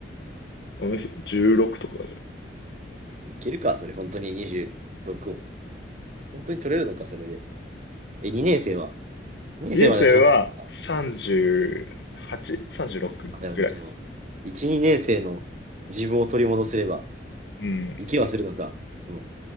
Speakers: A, on the left (about 70°); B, on the right (about 40°).
A: 私16とか
B: いけるか、それ、本当に26を。本当に取れるのか、それで。え、2年生は
A: じゃない。2年生は
B: ?2 年生まではちゃんと取ってた。
A: 38?36?
B: あ、でも、
A: ぐらい。
B: その、1、2年生の自分を取り戻せれば、
A: うん。
B: 生きはするのか、その、